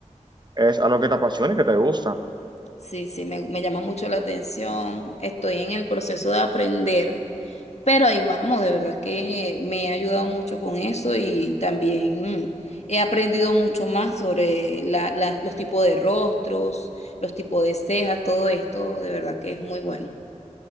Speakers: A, on the right (about 35°); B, on the left (about 55°).
A: Es algo que te apasiona y que te gusta.
B: Sí, sí, me, me llama mucho la atención. Estoy en el proceso de aprender, pero ahí vamos, de verdad que me ha ayudado mucho con eso y también he aprendido mucho más sobre la, la- los tipos de rostros, los tipos de cejas, todo esto, de verdad que es muy bueno.